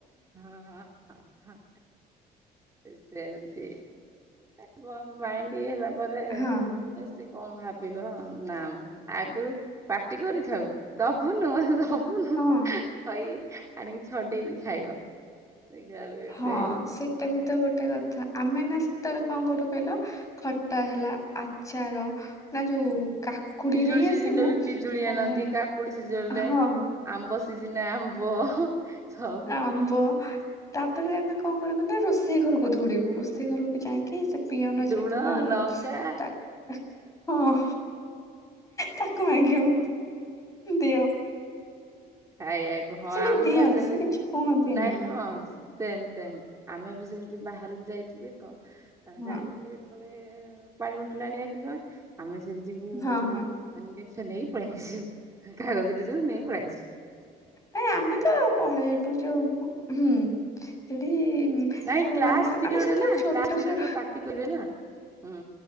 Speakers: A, on the right; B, on the left.
A: ହଁ ହ ସେ ସେମୀତିଇ ତାକୁ ଆଉ <unintelligible> ଫି ହେଲା ପରେ
B: ହଁ
A: ସେ କଣ ଭାବ ବିକବ ନା ମ ଆଗରୁ ପାଟି କରିଥାଉ ଦବୁନୁହ ହବୁନୁ
B: ହଁ
A: କହି ଆଣିକି ଛଡେଇବି ଖାଇବ ଦେଖିଲା ବେଳକୁ ଏବେ
B: ହଁ ସେଇଟା ବି ତ ଗୋଟେ କଥା ଆମେ ନା ସେତେବେଳେ କଣ କରୁ କହିଲ ଖଟା ହେଲା ଆଚାର ନା ଯୋଉ
A: ହୁଁ
B: କାକୁଡି
A: ପିଜୁଳି
B: ନେଇ
A: ସିଜନରେ
B: ଆସିବୁ
A: ବି ପିଜୁଳି ଆଣନ୍ତି
B: କମଲ
A: କାକୁଡି ସିଜନରେ
B: ହଁ
A: ଆମ୍ବ ସିଜନ ଆମ୍ବ ହ ସବୁ
B: ଆମ୍ବ ତାପରେ ଆମେ କଣ କରିବୁ ନା ରୋଷେଇ ଘରକୁ ଧ ଡିବୁ ରୋଷେଇ ସେ ଘରକୁ ଯାଇକି ସେ ପିଅନ
A: ଲୁଣ
B: ଯେ ଥିବ ଆମର
A: ଲଙ୍କା
B: ତା ହଁ ତାକୁ
A: ସବୁ
B: ମାଗିବୁ ଦିଅ
A: ଖାଇଆକୁ ହଁ
B: ସେ ବି
A: ଆମେ
B: ଦିଅନ୍ତି
A: ପା ସେମିତି
B: ସେ କିଛି କୁହନ୍ତିନି
A: ନାଇଁ ହଁ ସେମ ସେମ ଆମେ ବି ସେମିତି ବାହାରକୁ ଯାଇଥିବେ କ
B: ହଁ
A: ଯାଇଥିବେ ହେ ପାଣି ବଟଲ ଆଣିବା କି ଯିବା ଆମେ ସେ ଯିବୁ
B: ହଁ ହଁ
A: ମାନେ ଜିନିଷ ନେଇ ପଲେଇଆସିବୁ କାଗଜଟେ ଯୁ ନେଇ ପଲେଇ ଆସିବୁ
B: ନାଇଁ ଆମେ ତ ପଳେଇବୁ ଯୋଉ ହୁଁ ସେଠି
A: ନାଇଁ
B: କୋଉ
A: କ୍ଲାସ୍
B: ଆମର
A: ପିରିୟଡ଼
B: ଆମେ ସେତେବେଳେ
A: ନା
B: ଛୋଟ
A: କ୍ଲାସ ପିରୀୟଡରେ
B: ଛୁଆ
A: ପାଟି କରିବେ ନା ହୁ